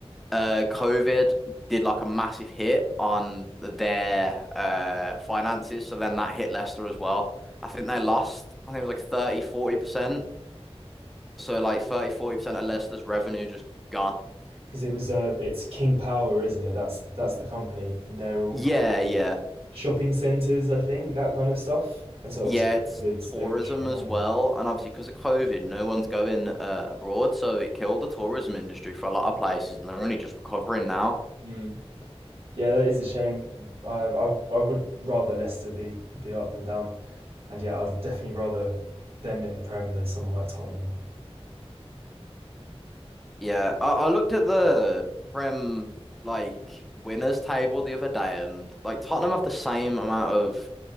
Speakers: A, in the centre; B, on the right.
A: uh COVID did like a massive hit on their uh finances so then that hit Leicester as well I think they lost I think it was like thirty, forty percent so like thirty, forty percent of Leicester's revenue just gone
B: Because it was uh, it's King Power, isn't it? That's that's the company, and they're all
A: yeah
B: kind
A: yeah
B: of shopping centres, I think, that kind of stuff. And so
A: yeah
B: obviously,
A: it's
B: COVID,
A: tourism
B: they were shut
A: as
B: down.
A: well and obviously because of COVID no one's going uh, abroad so it killed the tourism industry for a lot of places and they're only just recovering now
B: Mm. Yeah, that is a shame. I, I I would rather Leicester be be up than down. And yeah, I'd definitely rather them in the Prem than someone like Tottenham.
A: Yeah, I, I looked at the Prem like winners table the other day, and like Tottenham have the same amount of